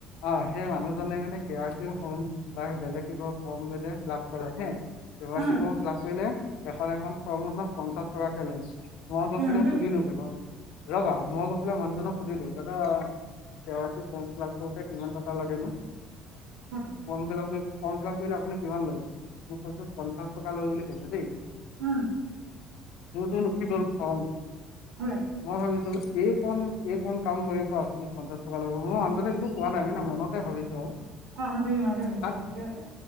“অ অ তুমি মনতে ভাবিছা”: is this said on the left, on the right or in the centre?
Right